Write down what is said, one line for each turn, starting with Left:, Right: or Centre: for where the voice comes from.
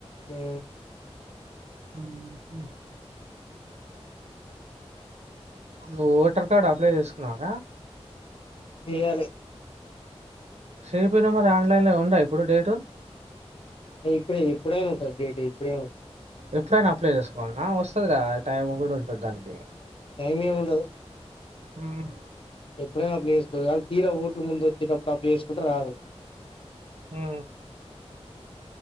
Left: హ్
Right: అమ్మ్మ్ హ్ నువ్ ఓటర్ కార్డు అప్లై చేసుకున్నారా
Left: ఏయాలి
Right: శెయ్య పోయినవ్ మర్ ఆన్లైన్ ల ఇగుందా ఇప్పుడు డేటు
Left: యేపే ఎప్పుడైనా ఉంటద్ డేట్ ఇప్పుడేమో
Right: యెప్పుడైనా అప్లై చేసుకోవాలన్నా వస్తది రా టైం గూడ్ ఉంటద్ దానికి
Left: టైమేమ్ ఉండదు
Right: హుమ్
Left: ఎప్పుడేనా అప్ల చేసుకోర్ గాన్ తీర ఓట్లు ముంద్ ఒచ్చేటప్పుడ్ అప్లై చేసుకుంటే రాదు
Right: హూ
Left: ఉ